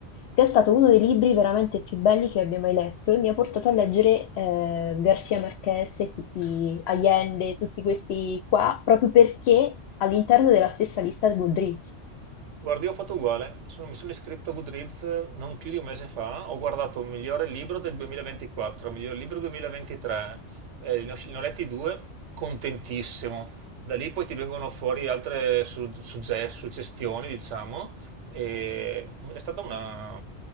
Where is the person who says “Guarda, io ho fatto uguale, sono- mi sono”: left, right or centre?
Right